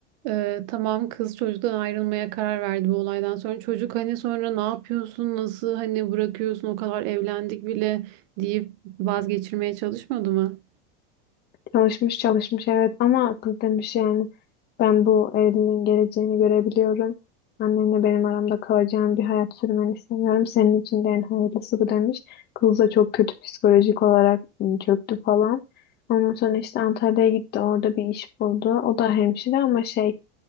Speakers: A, on the right; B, on the left.
A: e, tamam kız çocuktan ayrılmaya karar verdi bu olaydan sonra. Çocuk hani sonra ne yapıyorsun, nasıl hani bırakıyorsun o kadar evlendik bile deyip vazgeçirmeye çalışmadı mı?
B: Çalışmış çalışmış evet ama kız demiş yani ben bu evliliğin geleceğini görebiliyorum. Annemle benim aramda kalacağım bir hayat sürmeni istemiyorum. Senin için de en hayırlısı bu demiş. Kız da çok kötü psikolojik olarak ım, çöktü falan. Ondan sonra işte Antalya'ya gitti orada bir iş buldu. O da hemşire ama şey